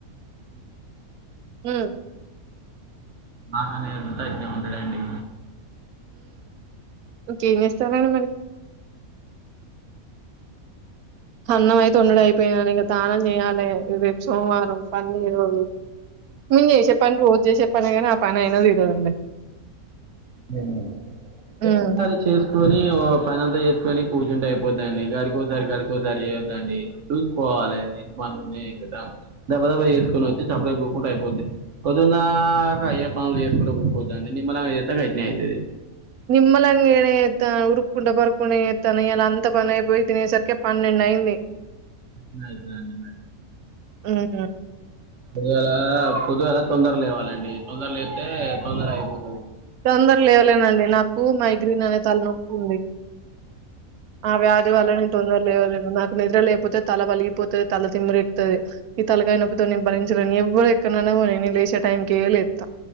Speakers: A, on the right (about 60°); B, on the right (about 85°).
A: హ్మ్
B: మ్మ్
A: నా కన్నయ్య సుత అట్నే ఉంటడండి
B: ఒకే ఏం చేస్తారండి మరి అన్నం అయితే ఓండుడు అయిపోయినది ఇంగ తానం చేయాలే రేపు సోమవారం పనితీరవదు. నేను చేసేతాను రోజు చేసేతాను గని అం పనైనా తీరదండి
A: జనవరి
B: ఉమ్.
A: ఒసారి చేసుకొని ఓ పనింతా చేసుకొని కూర్చుంటే అయిపోద్దండి గడికోసారి గడికోసారి చేయద్దండి చూసుకోవాలె ఏం పని ఉంది ఏం కథ దబ దబ చేసుకొనొచ్చి సప్పుడేక టె అయిపోతుద్ది పొద్దుందాక అయ్యే పనులు చేసుకుంటా కూసొద్దండి నిమ్మలంగ అది అట్నే అయితది
B: నిమ్మలంగానే చేత్తా ఉరుక్కుంట పరుక్కుంట చేత్తన గదా అంత పని అయిపోయి తినేసరికే పన్నెండు అయింది.
A: అట్నే అయితదండి మరి
B: అవునా
A: పొద్దుగాలా పొద్దుగాల తొందర లేవాలండి తొందర లేస్తే తొందర అయిపో
B: తొందర లేవలేనండి నాకు మైగ్రేన్ అనే తలనొప్పి ఉంది ఆ వ్యాధి వల్లనే తొందర లేవలేను నాకు నిద్ర లేపోతే తల పలిగిపోతుది తల తిమ్మిరెక్కుతది ఈ తలకాయ నొప్పితోనీ భరించలేని ఎవరు ఎక్కనన్న పోనీ నేను లేసే టైంకే లేత్త